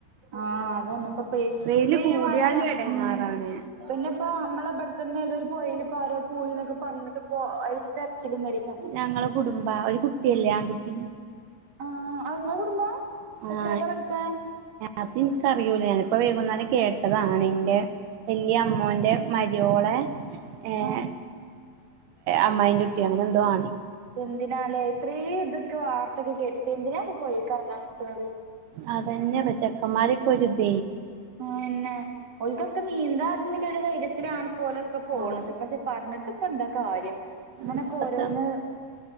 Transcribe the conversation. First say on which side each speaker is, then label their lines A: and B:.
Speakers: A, on the right; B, on the right.
A: ആഹ അതന്നപ്പ പേ
B: വെയില്
A: പെയ
B: കൂടിയാലും
A: വായന
B: എടങ്ങാറാണ്
A: ഉ പിന്നെ ഇപ്പോ നമ്മള ഇവിടെത്തന്നെ ഏതൊരു പോയി പരോ പോയിന്നൊക്കെ പറന്നിട്ട് പോ അ രച്ചിലന്നായിരിക്കാം.
B: ഞങ്ങള കുടുംബ ഒരു കുട്ടിയല്ലേ ആൺകുട്ടി.
A: ആ അവക്കുള്ള കുടുംബം
B: ആഹ്
A: എത്രയല്ല പളിക്കണ.
B: അത് എനിക്കറിയൂല ഞാനിപ്പോ വൈകുന്നേരം കേട്ടതാണ് എന്റെ വലയ അമ്മോറെ മരിവോളെ ഏർ
A: ആഹ്
B: അമ്മ്യും ചുട്ടി അങ്ങനെ എന്തോ ആണ.
A: എന്തിനാല്ലേ ഇത്രയും ഇതൊക്കെ വാർത്ത ഒക്കെ കേട്ടിട്ട് എന്തിനാ ഇപ്പൊ പോയിക്കറഞ്ഞാൻ നിൽക്കുന്നത്.
B: അതന്നെ പ ചക്കന്മാരക്കെ ഒരു ഇത.
A: പിന്നെ ഓക്കൊക്കെ നീന്താറുന്നില്ല ഒരു ധൈയത്തിലാണ് പോലൊക്കെ പോണത്
B: ആഹ്
A: പക്ഷെ പറഞ്ഞിട്ട് ഇപ്പൊ എന്തൊക്കെ കാര്യം. ഇങ്ങനൊക്കെ
B: ഉ പത്ത
A: ഓരോന്ന്